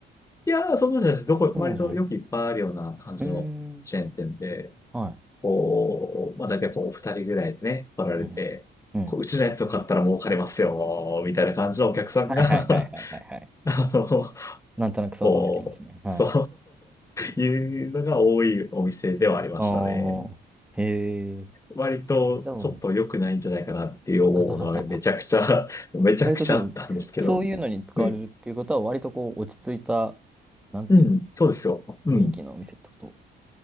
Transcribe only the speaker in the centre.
そうなんじゃない
うーん。はい。
うんうん。
はいはいはいはいはいはい。
なんとなく想像つきますね。
はい。
ああ、へえ。
でも、<laughs>
割とでも、そういうのに使われるっていうことは、
割とこう、落ち着いた、なんていう
の、雰囲気のお店ってこと。